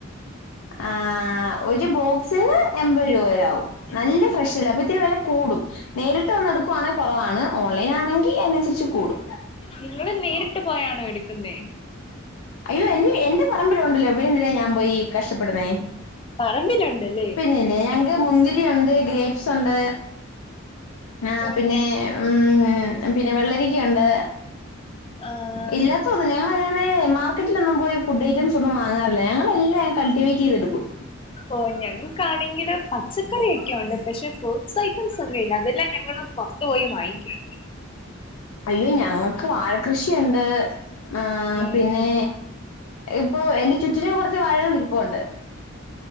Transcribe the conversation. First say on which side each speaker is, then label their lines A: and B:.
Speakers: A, on the left (about 85°); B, on the left (about 25°).
A: ആ ഒരു ബോ സിന് എമ്പത് രൂപയാകും, നല്ല ഫ്രഷല്ലേ അപ്പോ ഇത്തിരി വില കൂടും, നേരിട്ട് വന്ന് എടുക്കുവാണെ കുറവാണ്. ഓൺലൈൻ ആണെങ്കിൽ അതിനനുസരിച്ച് കൂടും
B: നിങ്ങള് നേരിട്ട് പോയാണോ എടുക്കുന്നേ.
A: അയ്യോ എന്റെ എന്റെ പറമ്പിലുണ്ടല്ലോ പിന്നെന്തിനാ ഞാൻ പോയി. കഷ്ടപ്പെടുന്നേ,
B: പറമ്പിലുണ്ടല്ലേ?
A: പിന്നെല്ലേ ഞാൻ മുന്തിരി ഉണ്ട്, ഗ്രേപ്സ് ഉണ്ട് ആ
B: ഓഹ്
A: പിന്നെ
B: ഞ
A: ഉം പിന്നെ വെള്ളരിക്കയുണ്ട്.
B: ആഹ്
A: ഇല്ലാട്തോന്നില്ല. ആ പുറമേ മാർക്കറ്റിലൊന്നും പോയി ഫുഡ് ഐറ്റംസ് ഒന്നും വാങ്ങാറില്ല. ഞങ്ങളെല്ലാം ഞാൻ കൾട്ടിവേറ്റ് ചെയ്തെടുക്കും.
B: ഓ ഞങ്ങക്കാണെങ്കില് പച്ചക്കറി ഒക്കെ ഉണ്ട്. പക്ഷെ ഫ്രൂട്ട്സ് ഐറ്റംസ് ഒന്നും ഇല്ല. അതെല്ലാം ഞങ്ങള് പൊറത്ത് പോയി വാങ്ങിക്കും.
A: അയ്യോ ഞങ്ങക്ക് വാഴ കൃഷിയുണ്ട്. ആഹ്
B: ഉം
A: പിന്നെ ഇപ്പോ എന്റെ ചുറ്റിനും കുറച്ച് വാഴകൾ ഇരിപ്പുണ്ട്.